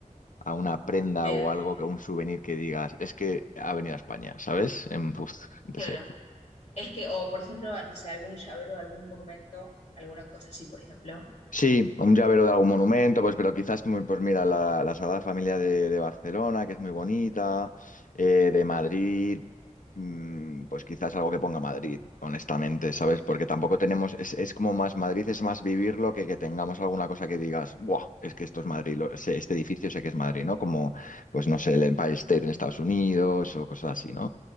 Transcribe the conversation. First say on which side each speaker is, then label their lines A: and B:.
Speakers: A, on the left (about 85°); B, on the left (about 60°).
A: a una prenda
B: bien
A: o algo, que un souvenir que digas, es que ha venido a España, ¿sabes? En, pues, no te
B: claro.
A: sé.
B: es que, o por ejemplo, no sé, algún llavero de algún monumento, alguna cosa así, por ejemplo.
A: Sí, un llavero de algún monumento, pues, pero quizás, muy- pues mira, la, la Sagrada Familia de, de Barcelona, que es muy bonita, eh, de Madrid, mm, pues quizás algo que ponga Madrid, honestamente, ¿sabes? Porque tampoco tenemos, es, es como más Madrid, es más vivirlo que que tengamos alguna cosa que digas, ¡buah! Es que esto es Madrid, lo- se- este edificio sé que es Madrid, ¿no? Como, pues no sé, el Empire State en Estados Unidos o cosas así, ¿no?